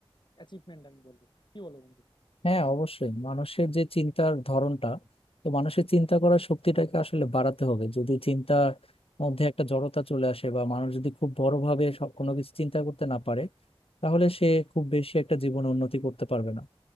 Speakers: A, on the left (about 50°); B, on the left (about 70°).
A: অ্যাচিভমেন্ট আমি বলবো কি বলো বন্ধু
B: হ্যাঁ অবশ্যই মানুষের যে চিন্তার ধরনটা তো মানুষের চিন্তা করার শক্তিটাকে আসলে বাড়াতে হবে যদি চিন্তার মধ্যে একটা জড়তা চলে আসে বা মানুষ যদি খুব বড়ভাবে সব কোনো কিছু চিন্তা করতে না পারে তাহলে সে খুব বেশি একটা জীবনে উন্নতি করতে পারবে না